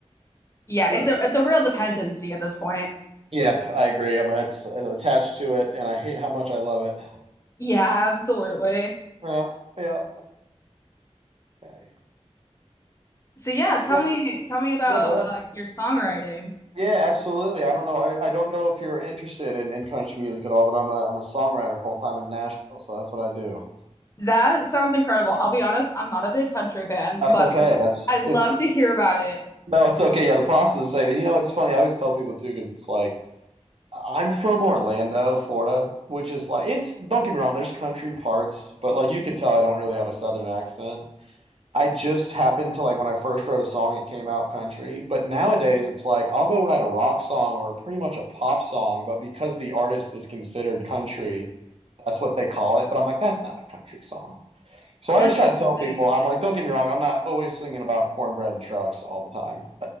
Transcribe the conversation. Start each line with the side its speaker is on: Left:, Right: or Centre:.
Left: Yeah,
Right: Ugh.
Left: it's a it's a real dependency at this point.
Right: Yep, I agree. I'm, it's, it's attached to it, and I hate how much I love it.
Left: Yeah, absolutely.
Right: Yeah, yeah. Okay.
Left: So yeah, tell
Right: Yeah,
Left: me tell me about
Right: yeah. Go ahead.
Left: uh, your songwriting.
Right: Yeah, absolutely. I don't know. I, I don't know if you're interested in, in country music at all, but I'm a I'm a songwriter full time in Nashville, so that's what I do.
Left: That sounds incredible. I'll be honest, I'm not a big country fan,
Right: That's
Left: but
Right: okay. That's
Left: I, I love
Right: it's
Left: to hear about it.
Right: No, it's okay. Yeah, the process is the same. And you know, it's funny. I always tell people too because it's like I'm from Orlando, Florida, which is like it's. Don't get me wrong. There's country parts, but like you can tell, I don't really have a southern accent. I just happened to like when I first wrote a song, it came out country. But nowadays, it's like I'll go write a rock song or pretty much a pop song, but because the artist is considered country, that's what they call it. But I'm like, that's not a country song. So
Left: That's
Right: I always try
Left: interesting.
Right: to tell people, I'm like, don't get me wrong, I'm not always singing about cornbread and trucks all the time.